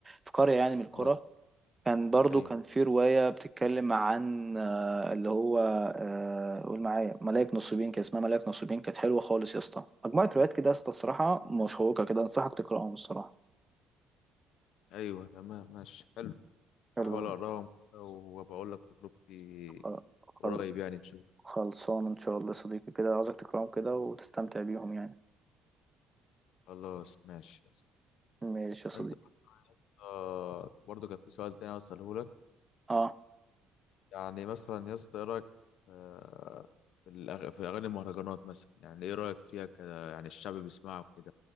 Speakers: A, on the right; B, on the left.
A: في قريه يعني من القرى
B: اه
A: كان برضو
B: ايوه
A: كان في رواية بتتكلم عن آه، اللي هو آه، قول معايا ملاك نصيبين كان اسمها ملاك نصيبين كانت حلوة خالص يا اسطى مجموعة روايات كده يا اسطى الصراحة مشوقة كده أنصحك تقرأهم الصراحة
B: ايوه تمام ماشي حلو
A: حلو
B: احاول اقراهم كده وبقول لك تجربتي
A: خل- خل-
B: قريب يعني ان شاء
A: خلصان إن شاء الله يا صديقي كده عاوزك تقرأهم كده وتستمتع بيهم يعني
B: الله خلاص ماشي يا اسطى
A: ماشي يا صديقي
B: انت مثلا يا اسطى برضه كان في سؤال تاني عاوز اساله لك
A: اه
B: يعني مثلا يا اسطى ايه رايك آه، في الأغ- في اغاني المهرجانات مثلا يعني ايه رايك فيها كده يعني الشعب بيسمعها وكده